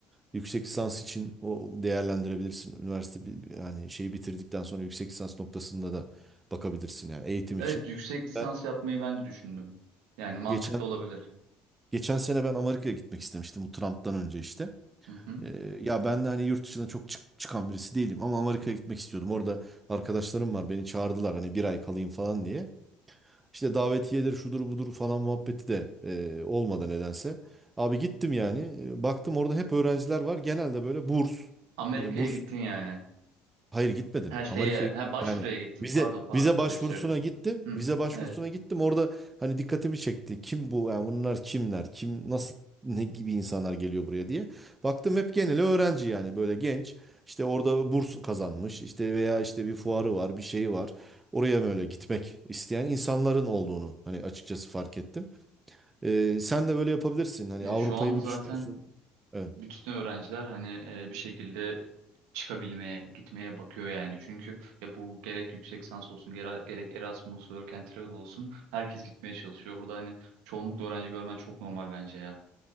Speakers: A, on the right (about 20°); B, on the right (about 85°).
A: yüksek lisans için o değerlendirebilirsin. Üniversite bi- yani şeyi bitirdikten sonra yüksek lisans noktasında da bakabilirsin yani eğitim
B: Evet
A: için.
B: yüksek lisans
A: Ben
B: yapmayı ben de düşündüm. Yani mantıklı
A: geçen
B: olabilir.
A: geçen sene ben Amerika'ya gitmek istemiştim bu Trump'tan önce işte.
B: Hı hı.
A: Ee, ya ben de hani yurt dışına çok çık- çıkan birisi değilim ama Amerika'ya gitmek istiyordum. Orada arkadaşlarım var beni çağırdılar hani bir ay kalayım falan diye. İşte davetiyedir şudur budur falan muhabbeti de e, olmadı nedense. Abi gittim yani E, baktım orada hep öğrenciler var genelde böyle burs.
B: Amerika'ya
A: Hani burs
B: gittin yani.
A: Hayır gitmedim.
B: Her şeye,
A: Amerika'ya
B: ha başvuruya
A: yani
B: gittin.
A: vize
B: Pardon pardon
A: vize
B: karıştırdım.
A: başvurusuna gittim.
B: Hı.
A: Vize başvurusuna
B: Evet.
A: gittim. Orada hani dikkatimi çekti. Kim bu? Yani bunlar kimler? Kim nasıl ne gibi insanlar geliyor buraya diye. Baktım hep genel öğrenci yani böyle genç. İşte orada burs kazanmış. İşte veya işte bir fuarı var, bir şeyi var. Oraya böyle gitmek isteyen insanların olduğunu hani açıkçası fark ettim. Ee, sen de böyle yapabilirsin. Hani
B: Ya
A: Avrupa'yı
B: şu anda
A: mı
B: zaten
A: düşünüyorsun? Evet.
B: bütün öğrenciler hani e, bir şekilde çıkabilmeye, gitmeye bakıyor yani. Çünkü ya bu gerek yüksek lisans olsun, gere- gerek Erasmus, Work and Travel olsun herkes gitmeye çalışıyor. Burada hani çoğunlukla öğrenci görmen çok normal bence ya.